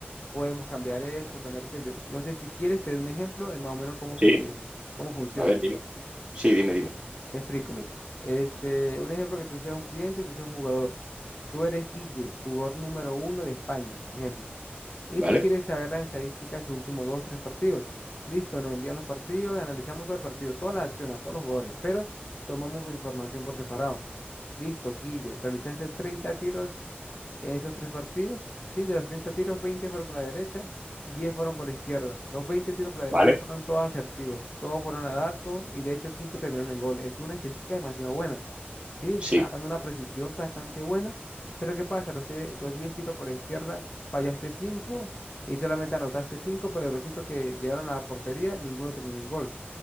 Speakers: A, on the left (about 40°); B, on the right (about 25°).
A: podemos cambiar esto, cambiar aquello. No sé si quieres, te doy un ejemplo de más o menos cómo
B: Sí,
A: se, cómo funciona.
B: a ver, dime. Sí, dime, dime.
A: Te explico, mira. Este, un ejemplo que tú seas un cliente y tú seas un jugador. Tú eres Guille, jugador número uno de España, ejemplo. Y
B: ¿Vale?
A: tú quieres saber las estadísticas de sus últimos dos, tres partidos. Listo, nos envían los partidos, analizamos todo el partido, todas las acciones, a todos los jugadores, pero tomamos su información por separado. Listo, Guille, realizaste 30 tiros en esos tres partidos, sí, de los 30 tiros, 20 fueron por la derecha, 10 fueron por la izquierda. Los 20 tiros por la derecha
B: ¿vale?
A: fueron todos asertivos, todos fueron al arco y de hecho 5 terminaron en gol. Es una estadística demasiado buena, sí, dando
B: Sí,
A: una precisión bastante buena. Pero ¿qué pasa? Los, te- los 10 tiros por la izquierda, fallaste 5 y solamente anotaste cinco pero de los 5 que llegaron a la portería, ninguno terminó en gol.